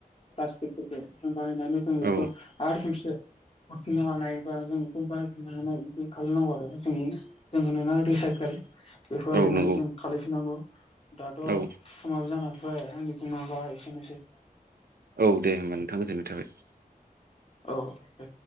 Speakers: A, on the left; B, on the right.
A: प्लास्टिकफोरखौ जों बाहायनानै जोङो
B: औ
A: आरो खमसे हरफिननो हानाय बा जों बेखौ बारायफिननो हानाय बिदि खालामनांगौ आरो जोंनि जों होनोना रिसाइकेल बेफोरबायदि
B: औ नंगौ
A: माने जों खालामफिननांगौ। दाथ'
B: औ
A: समाबो जानानै फैबाय आंनि बुंनांगौआ एसेनोसै।
B: औ दे नोंथां गोजोननाय थाबाय।
A: औ दे